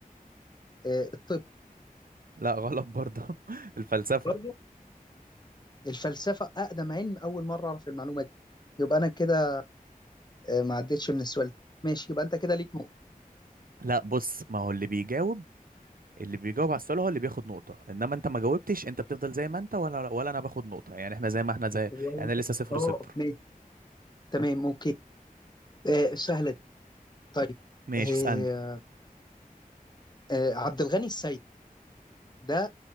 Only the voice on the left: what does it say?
آه، الطب
برضه الفلسفه اقدم علم اول مره اعرف المعلومه دي يبقى انا كده آه، ما عدتش من السؤال ده ماشي يبقى انت كده ليك نقطه
ولا
انت
اه
ماشي تمام اوكي آه، سهله دي. طيب
آه،
آه، عبد الغني السيد ده